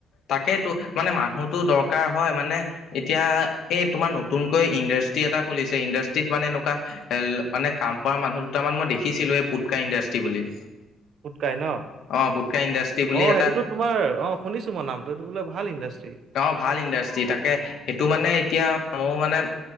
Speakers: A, on the left; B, on the right.
A: তাকেইটো মানে মানুহটো দৰকাৰ হয় মানে এতিয়া এ তোমাৰ নতুনকৈ ইণ্ডাষ্ট্ৰি এটা খুলিছে ইণ্ডাষ্ট্ৰিত মানে এনেকুৱা এল মানে কাম কৰা মানুহ দুটামান মই দেখিছিলো এই পুটকা ইণ্ডাষ্ট্ৰি বুলি।
B: পুটকাই ন,
A: অ পুটকা ইণ্ডাষ্ট্ৰি বুলি
B: অ
A: এটা
B: সেইটোতো তোমাৰ অ শুনিছো মই নামটো এইটো বোলে ভাল ইণ্ডাষ্ট্ৰি।
A: গাঁৱৰ ভাল ইণ্ডাষ্ট্ৰি তাকে সেইটো মানে এতিয়া মোৰ মানে